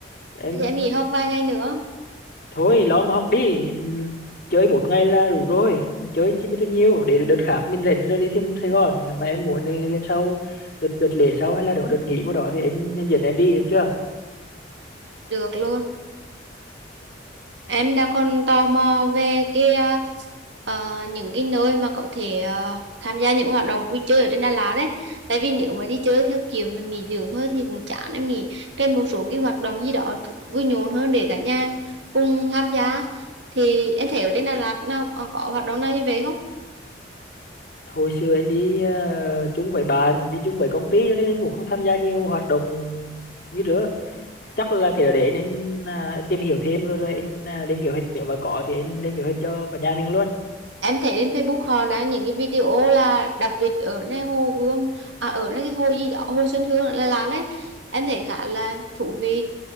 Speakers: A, on the left (about 50°); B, on the right (about 75°).
A: em
B: Thì em nghỉ học vài ngày nữa,
A: thôi lo mà học đi chơi bốn ngày là đủ rồi chơi chi mới cho nhiều để đợt khác mình rảnh rồi đi thêm Sài Gòn nếu mà em muốn đi lên sau đợt đợt lễ sau hay là đợt đợt nghỉ mà đó thì anh anh dẫn em đi được chưa
B: được luôn. Em đang còn tò mò về cái à, ờ, những cái nơi mà có thể ờ, tham gia những hoạt động vui chơi ở trên Đà Lạt đấy. Tại vì nếu mà đi chơi theo kiểu mình nghỉ dưỡng thôi thì cũng chán em nghĩ trên một số cái hoạt động gì đó vui nhộn hơn để cả nhà cùng tham gia. Thì em thấy ở trên Đà Lạt nào còn có hoạt động nào như vậy không?
A: hồi xưa anh đi ờ, chung với bạn đi chung với công ty cho nên anh cũng không tham gia nhiều hoạt động như nữa chắc là cái đó để anh anh, à, anh tìm hiểu thêm rồi rồi anh à, lên kế hoạch nếu mà có thì anh lên kế hoạch cho cả nhà mình luôn
B: em thấy trên Facebook họ đã những cái video là đập vịt ở nơi hồ Gươm à ở nơi cái hồ gì đó hồ Xuân Hương là là đấy em thấy khá là thú vị